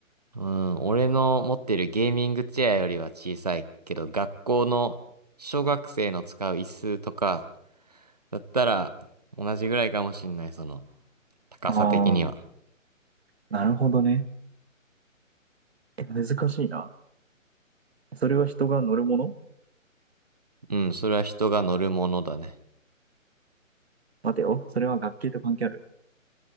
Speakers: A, on the right (about 30°); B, on the right (about 50°).
A: うん、俺の持ってるゲーミングチェアよりは小さいけど、学校の小学生の使う椅子とか、だったら同じぐらいかもしんない、その、高さ的には。
B: ああ、なるほどね。え難しいな。それは人が乗るもの
A: うん、それは人が乗るものだね。
B: 待てよ。それは学級と関係ある